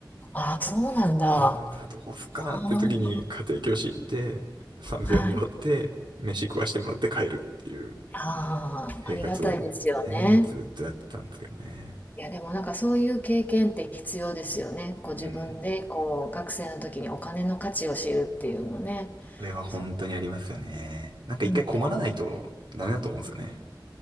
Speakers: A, on the left; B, on the right.
A: ああ、そうなんだ。あ
B: うーん、あどうすっかなって時に家庭教師行って、
A: あ、
B: 3000円もらって、
A: はい。
B: 飯食わしてもらって帰るっていう。
A: ああ、
B: 生活をね、
A: ありがたいですよね。
B: ずっとやってたんですけどね。
A: いや、でもなんかそういう経験って必要ですよね。こう自分でこう学生の時にお金の価値を知るっていうのね。
B: うん。これは本当にありますよね。
A: そう、
B: なんか一回困らないとダメだと思うんですよね。
A: うん、だ